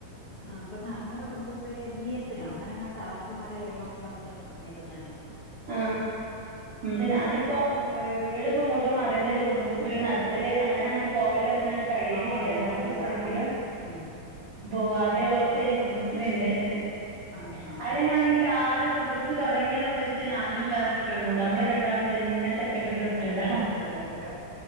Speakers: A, on the left; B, on the right.
A: ആ പ്പൊ നാമ്പറ കുടുംബശ്രീലെ എമ്മീഎസ്സിനോ അങ്ങനെ അങ്ങാട്ട് ആർപിമാരെ വേണോന്ന് പറഞ്ഞു പറഞ്ഞേക്ക്ന്നുണ്ട് <inaudible>
B: ആ ന്ത്‌ ഞാന് ഇപ്പോ വീട് ഇപ്പം ഇങ്ങോട്ട് മാറിയേന്റേഷം കുടുംബശ്രീ നടത്തല് അങ്ങനെ അങ്ങട്ട് പോവല് അങ്ങനെണ്ട് കയ്യലില്ല
A: ആഹ്
B: ന്നാലും
A: ഇല്ല
B: എപ്പളങ്കിലും
A: ആഹ് ഉം ഉം ഉം
B: ബോ ആദ്യള്ളോടതേനി കുടുംബശ്രീ ഇണ്ടേനത്
A: ആഹ് ആഹ്
B: അയിലന്നാണെങ്കിലാരും കുടുംബശ്രീ തുടങ്ങിയത് മുതൽച്ചന്നേ ഞാനും വേറൊരു പെണ്ണുണ്ട് അമ്മള് രണ്ടാളും തന്നെ സെ ക്കടണ്ടസിഡന്റ
A: സെക്രട്ടറി പ്രസിഡന്റ്